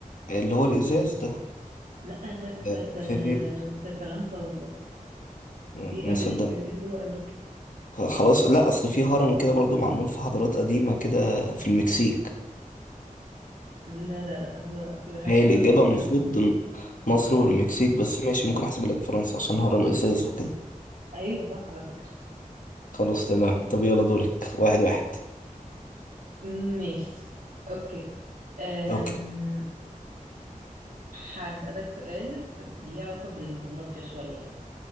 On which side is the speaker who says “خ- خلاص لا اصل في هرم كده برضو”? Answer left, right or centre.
Left